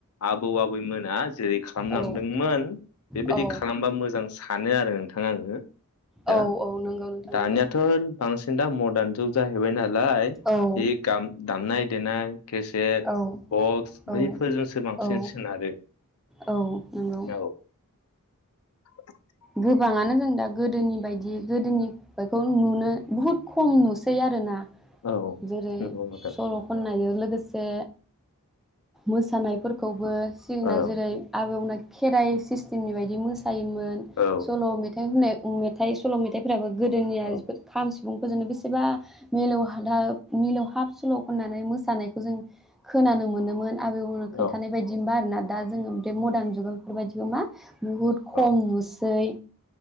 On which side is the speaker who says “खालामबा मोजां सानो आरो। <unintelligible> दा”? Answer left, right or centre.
Left